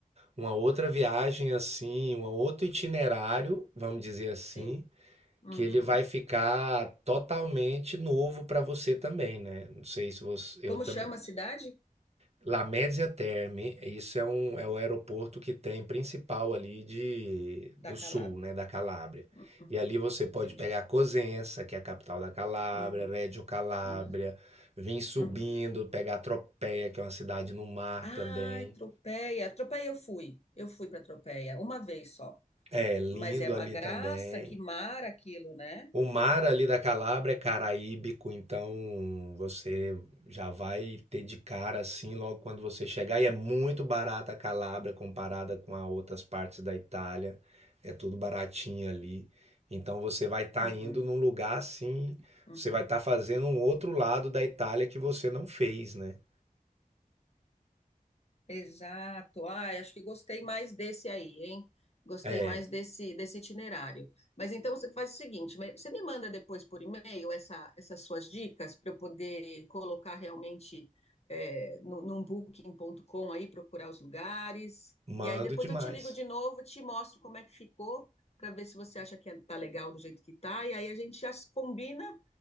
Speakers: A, on the right; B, on the left.
A: uma outra viagem assim, um outro itinerário, vamos dizer assim,
B: sim. Uhum.
A: que ele vai ficar totalmente novo para você também, né? Não sei se você,
B: Como
A: eu tam-
B: chama a cidade?
A: La Média Terme, isso é um é o aeroporto que tem principal ali de
B: Da
A: do
B: Calábria.
A: sul, né, da Calábria.
B: Uhum,
A: E ali você pode
B: entendi.
A: pegar Cosenza, que é a capital da Calábria,
B: Uhum,
A: Reggio Calabria,
B: uhum.
A: vir subindo,
B: Uhum.
A: pegar Tropea, que é uma cidade no mar
B: Ai,
A: também.
B: Tropeia. Tropeia eu fui. Eu fui para Tropeia uma vez só.
A: É lindo
B: Mas é uma
A: ali
B: graça,
A: também.
B: que mar aquilo, né?
A: O mar ali da Calábria é caraíbico, então você já vai ter de cara assim logo quando você chegar. E é muito barata a Calábria comparada com as outras partes da Itália. É tudo baratinho ali. Então você vai estar
B: Uhum,
A: indo num lugar assim,
B: uhum.
A: você vai estar fazendo um outro lado da Itália que você não fez, né?
B: Exato. Ah, acho que gostei mais desse aí, hein? Gostei
A: É,
B: mais desse, desse itinerário. Mas então você faz o seguinte, me- você me manda depois por e-mail essa, essas suas dicas para eu poder colocar realmente é, no, num booking.com aí, procurar os lugares.
A: mando
B: E aí depois
A: demais.
B: eu te ligo de novo, te mostro como é que ficou, para ver se você acha que é- tá legal do jeito que tá. E aí a gente já se combina